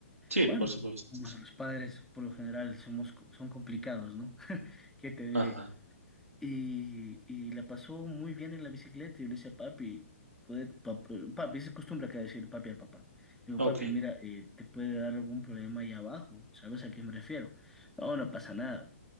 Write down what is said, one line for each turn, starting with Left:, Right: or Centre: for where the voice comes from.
Right: Sí,
Centre: Bueno,
Right: por supuesto.
Centre: bueno, los padres por lo general somos, co- son complicados, ¿no? <laughs> ¿Qué te diré?
Right: Ajá.
Centre: Y, y la pasó muy bien en la bicicleta. Y yo le decía, papi, puede, pap- eh, papi, esa es costumbre acá a decir papi al papá. Le digo,
Right: Ok.
Centre: papi, mira, eh, te puede dar algún problema allá abajo, ¿sabes a qué me refiero? No, no pasa nada.